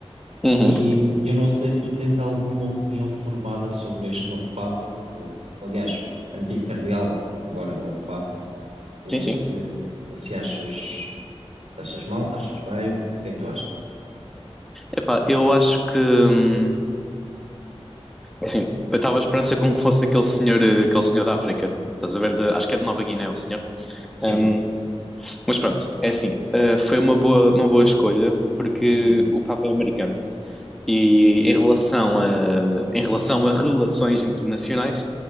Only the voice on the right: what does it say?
e eu não sei se tu tens alguma opinião formada sobre este novo Papa, ou, aliás, antigo cardeal, agora novo Papa. ou
se,
ou se achas, se achas mal, se achas bem, o que é que tu achas?
Sim.
Uhum,